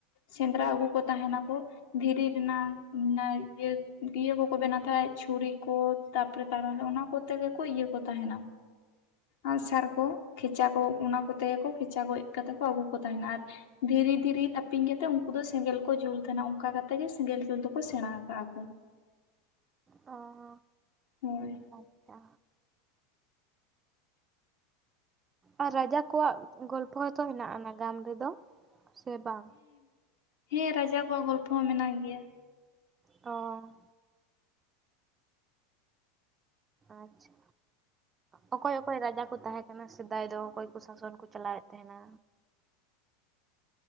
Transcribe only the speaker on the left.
ᱥᱮᱸᱫᱽᱨᱟ ᱟᱹᱜᱩ ᱠᱚ ᱛᱟᱦᱮᱱᱟᱠᱚ ᱫᱷᱤᱨᱤ ᱨᱮᱱᱟᱜ ᱤᱭᱟᱹ ᱠᱚᱠᱚ ᱵᱮᱱᱟᱣ ᱛᱟᱦᱮᱸᱫ ᱪᱷᱩᱨᱤ ᱠᱚ ᱛᱟᱯᱚᱨᱮ ᱛᱟᱲᱚᱞᱮ ᱚᱱᱟ ᱠᱚᱛᱮ ᱜᱮᱠᱚ ᱤᱭᱟᱹ ᱠᱚ ᱛᱟᱦᱮᱱᱟ ᱟᱜ ᱥᱟᱨ ᱠᱚ ᱠᱷᱮᱪᱟ ᱠᱚ ᱚᱱᱟ ᱠᱚᱛᱮ ᱠᱚ ᱠᱷᱮᱪᱟ ᱜᱚᱡ ᱠᱟᱛᱮ ᱠᱚ ᱟᱹᱜᱩ ᱠᱚ ᱛᱟᱦᱮᱱᱟ ᱟᱨ ᱫᱷᱤᱨᱤ ᱫᱷᱤᱨᱤ ᱛᱟᱹᱯᱤᱧ ᱠᱟᱛᱮᱫ ᱩᱱᱠᱩ ᱫᱚ ᱥᱮᱸᱜᱮᱞ ᱠᱚ ᱡᱩᱞ ᱛᱟᱦᱮᱱᱟ ᱚᱱᱠᱟ ᱠᱟᱛᱮᱜ ᱜᱮ ᱥᱮᱸᱜᱮᱞ ᱡᱩᱞ ᱫᱚᱠᱚ ᱥᱮᱬᱟ ᱟᱠᱟᱫᱟ ᱠᱚ
ᱦᱳᱭ
ᱦᱮᱸ ᱨᱟᱡᱟ ᱠᱚᱣᱟᱜ ᱜᱚᱞᱯᱚ ᱦᱚᱸ ᱢᱮᱱᱟᱜ ᱜᱮᱭᱟ